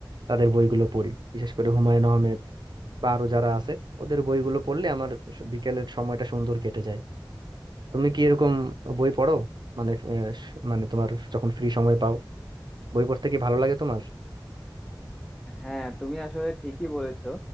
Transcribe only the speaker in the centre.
হ্যাঁ তুমি আসলে ঠিকই বলেছো